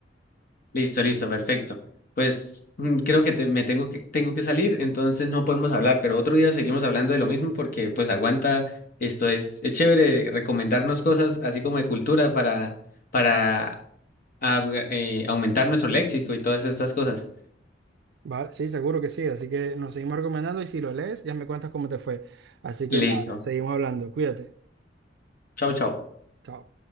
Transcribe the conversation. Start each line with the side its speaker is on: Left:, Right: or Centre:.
Left: Listo, listo, perfecto. Pues mm, creo que te- me tengo que, tengo que salir, entonces no podemos hablar, pero otro día seguimos hablando de lo mismo porque pues aguanta, esto es, es chévere recomendarnos cosas así como de cultura para, para ah, eh, aumentar nuestro léxico y todas estas cosas.
Right: Vale, sí, seguro que sí. Así que nos seguimos recomendando y si lo lees, ya me cuentas cómo te fue. Así que
Left: Listo.
Right: nada, seguimos hablando. Cuídate.
Left: Chao, chao.
Right: Chao.